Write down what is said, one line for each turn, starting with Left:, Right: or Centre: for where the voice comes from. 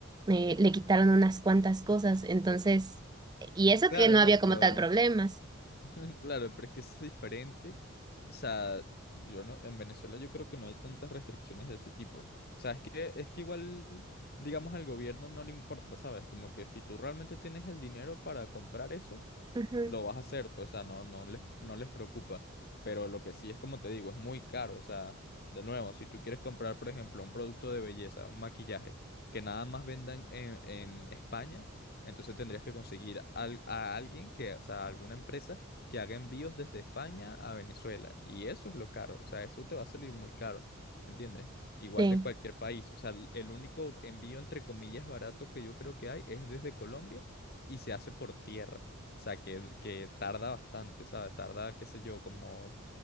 Right: eh, le quitaron unas cuantas cosas, entonces, y eso
Left: Claro,
Right: que no
Left: no,
Right: había
Left: pero
Right: como tal problemas.
Left: <laughs> claro, pero es que es diferente. O sea, yo no, en Venezuela yo creo que no hay tantas restricciones de ese tipo. O sea, es que es que igual, digamos, al gobierno no le importa, ¿sabes? Como que si tú realmente tienes el dinero para comprar eso,
Right: Ujú,
Left: lo vas a hacer, pues, o sea, no, no les, no les preocupa. Pero lo que sí es, como te digo, es muy caro. O sea, de nuevo, si tú quieres comprar, por ejemplo, un producto de belleza, un maquillaje, que nada más vendan en, en España, entonces tendrías que conseguir al- a alguien que, o sea, alguna empresa que haga envíos desde España a Venezuela. Y eso es lo caro. O sea, eso te va a salir muy caro. ¿Me entiendes? Igual
Right: sí,
Left: de cualquier país. O sea, el el único envío, entre comillas, barato que yo creo que hay es desde Colombia y se hace por tierra. O sea, que, que tarda bastante, ¿sabes? Tarda, qué sé yo, como